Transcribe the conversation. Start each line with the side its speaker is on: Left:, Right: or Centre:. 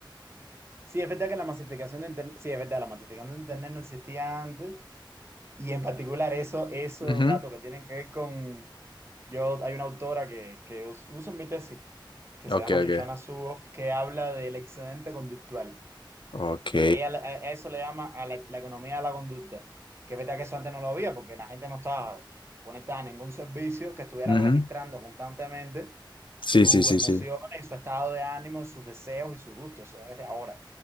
Right: Sí, es verdad que la masificación de Internet, sí, es verdad, la masificación de Internet no existía antes. Y en particular eso, esos
Left: Ujú.
Right: datos que tienen que ver con... Yo, hay una autora que, que us- uso en mi tesis, que
Left: Ok,
Right: se llama
Left: ok.
Right: Shoshana Zuboff, que habla del excedente conductual.
Left: Ok.
Right: que ella, a a eso le llama a la, la economía de la conducta. Que es verdad que eso antes no lo había, porque la gente no estaba conectada a ningún servicio que estuviera
Left: Ujú.
Right: registrando constantemente
Left: Sí,
Right: sus
Left: sí, sí,
Right: emociones,
Left: sí.
Right: y su estado de ánimo, sus deseos y sus gustos. Eso es de ahora.